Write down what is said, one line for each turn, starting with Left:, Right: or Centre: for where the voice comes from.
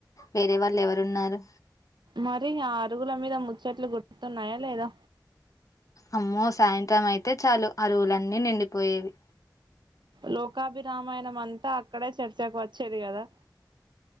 Left: వేరే వాళ్ళు ఎవరున్నారు
Right: మరి ఆ అరుగుల మీద ముచ్చట్లు గుర్తున్నాయా లేదా
Left: అమ్మో సాయంత్రం అయితే చాలు అరువులన్నీ నిండిపోయేవి
Right: లోకాభిరామాయణం అంతా అక్కడే చర్చకు వచ్చేది కదా